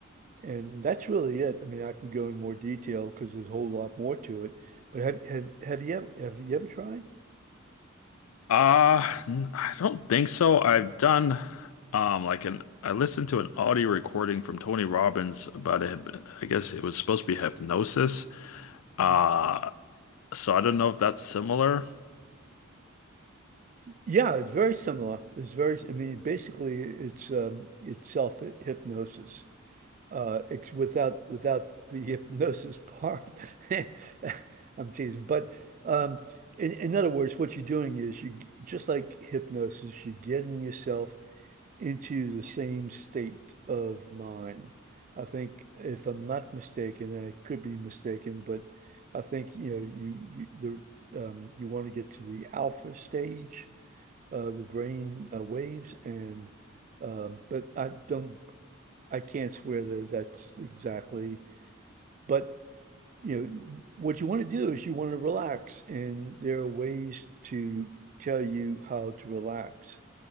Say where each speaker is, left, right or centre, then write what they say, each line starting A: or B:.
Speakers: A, on the right; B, on the left.
A: and that's really it. I mean, I can go in more detail because there's a whole lot more to it. But have have have you ever have you ever tried?
B: Uh, n- I don't think so. I've done um like an I listened to an audio recording from Tony Robbins about a, hyp- I guess it was supposed to be hypnosis. Uh,
A: Mm-hmm.
B: so I don't know if that's similar.
A: Yeah, it's very similar. It's very, I mean, basically it's um it's self hypnosis. Uh it's without without the hypnosis part. <laughs> I'm teasing. But um in, in other words, what you're doing is you just like hypnosis, you're getting yourself into the same state of mind. I think if I'm not mistaken, and I could be mistaken, but I think you know you, you the um you want to get to the alpha stage uh, the brain uh, waves and um, but I don't I can't swear that that's exactly but you know what you want to do is you want to relax and there are ways to tell you how to relax.